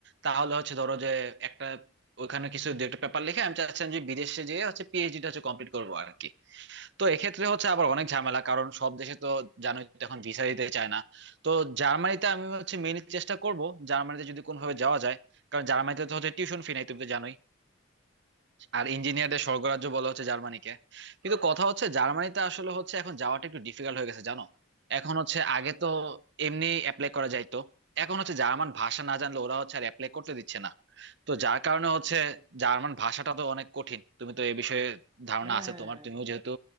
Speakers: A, on the right (about 55°); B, on the right (about 25°).
A: তাহলে হচ্ছে ধরো যে একটা ওখানে কিছু দু একটা পেপার লিখে আমি চাচ্ছিলাম যে বিদেশে যেয়ে হচ্ছে পিএইচডি টা হচ্ছে কমপ্লিট করবো আর কি তো এক্ষেত্রে হচ্ছে আবার অনেক ঝামেলা কারণ সব দেশে তো জানোই তো এখন ভিসা দিতে চায় না তো জার্মানিতে আমি হচ্ছে মেইনলি চেষ্টা করব জার্মানিতে যদি কোনোভাবে যাওয়া যায় কারণ জার্মানিতে তো হচ্ছে টিউশন ফি নাই তুমি তো জানোই আর ইঞ্জিনিয়ারদের স্বর্গরাজ্য বলা হচ্ছে জার্মানিকে কিন্তু কথা হচ্ছে জার্মানিতে আসলে হচ্ছে এখন যাওয়াটা একটু ডিফিকাল্ট হয়ে গেছে জানো এখন হচ্ছে আগে তো এমনি অ্যাপ্লাই করা যাইতো এখন হচ্ছে জার্মান ভাষা না জানলে ওরা হচ্ছে আর অ্যাপ্লাই করতে দিচ্ছে না তো যার কারণে হচ্ছে জার্মান ভাষাটা তো অনেক কঠিন তুমি তো এ বিষয়ে ধারণা
B: হ্যাঁ
A: আছে
B: হ্যাঁ
A: তোমার
B: হ্যাঁ
A: তুমিও যেহেতু